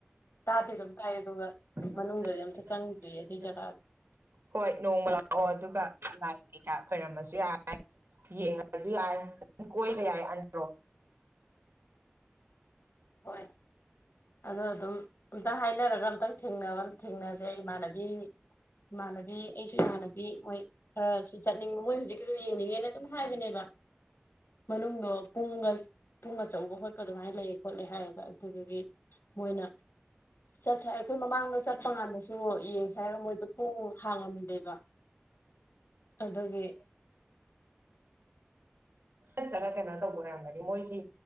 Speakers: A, on the left (about 80°); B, on the right (about 85°).
A: ꯇꯥꯗꯤ ꯑꯗꯨꯝ ꯇꯥꯏ ꯑꯗꯨꯒ
B: ꯃꯅꯨꯡꯗꯣꯏꯣꯡꯃ
A: ꯃꯅꯨꯡꯗꯗꯤ ꯑꯝꯇ ꯆꯪꯗ꯭ꯔꯤ ꯑꯗꯨꯏ ꯖꯒꯥꯗꯣ
B: ꯂꯥꯏ ꯀꯩꯀꯥꯛ ꯈꯣꯏꯔꯝꯃꯁꯨ ꯌꯥꯏ ꯌꯦꯡꯉꯁꯨ ꯌꯥꯏꯝ ꯀꯣꯏꯕ ꯌꯥꯏ ꯑꯟꯗ꯭ꯔꯣ
A: ꯍꯣꯏ ꯑꯗꯣ ꯑꯗꯨꯝ ꯑ ꯍꯥꯏꯅꯔꯒ ꯑꯝꯛꯇꯪ ꯊꯦꯡ ꯊꯦꯡꯅꯁꯦ ꯏꯃꯥꯟꯅꯕꯤ ꯏꯃꯥꯟꯅꯕꯤ ꯑꯩꯁꯨ ꯏꯃꯥꯟꯅꯕꯤ ꯃꯣꯏ ꯈꯔꯁꯨ ꯆꯠꯅꯤꯡꯕ ꯃꯣꯏ ꯍꯧꯖꯤꯛꯀꯁꯨ ꯌꯦꯡꯅꯤꯡꯉꯦꯅ ꯑꯗꯨꯝ ꯍꯥꯏꯕꯅꯦꯕ ꯃꯅꯨꯡꯗꯣ ꯄꯨꯡꯒ ꯄꯨꯡ ꯑꯆꯧꯕ ꯈꯣꯠꯄ ꯑꯗꯨꯃꯥꯏꯅ ꯂꯩ ꯈꯣꯠꯂꯦ ꯍꯥꯏꯌꯦꯕ ꯑꯗꯨꯗꯒꯤ ꯃꯣꯏꯅ ꯆꯠꯁꯦ ꯑꯩꯈꯣꯏ ꯃꯃꯥꯡꯗ ꯆꯠꯄ ꯀꯥꯟꯗꯁꯨ ꯌꯦꯡꯁꯦ ꯍꯥꯏꯔꯒ ꯃꯣꯏꯗꯣ ꯊꯣꯡ ꯍꯥꯡꯉꯝꯗꯦꯕ ꯑꯗꯒꯤ
B: ꯅꯠꯇ꯭ꯔꯒ ꯀꯩꯅꯣ ꯇꯧꯕ ꯑꯣꯏꯔꯝꯒꯅꯤ ꯃꯣꯏꯒꯤ